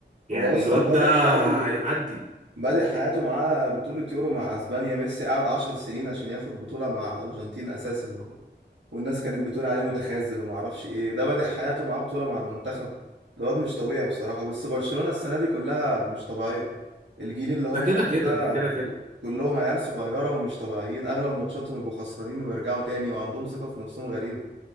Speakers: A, on the right; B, on the right.
A: يعني
B: هو اصلا
A: الواد
B: بدأ
A: ده
B: حياته
A: هيعدي
B: بدأ حياته معاه بطولة يورو مع اسبانيا ميسي قعد 10 سنين عشان ياخد بطولة مع الارجنتين اساسا و- والناس كانت بتقول عليه متخاذل وما اعرفش ايه ده بدأ حياته معاه بطولة مع المنتخب الواد مش طبيعي بصراحة بس برشلونة السنة دي كلها مش طبيعية الجيل اللي هم
A: ده كده
B: عاملينه
A: كده
B: ده
A: ده كده كده
B: كلهم عيال صغيرة ومش طبيعيين اغلب ماتشاتهم يبقوا خسرانين ويرجعوا تاني وعندهم ثقة في نفسهم غريبة